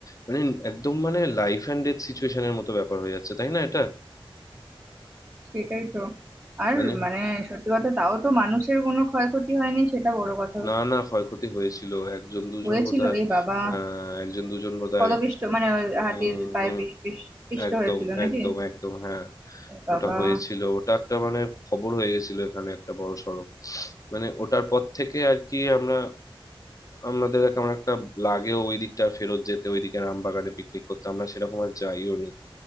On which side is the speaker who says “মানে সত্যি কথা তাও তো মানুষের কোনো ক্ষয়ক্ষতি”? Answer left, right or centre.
Right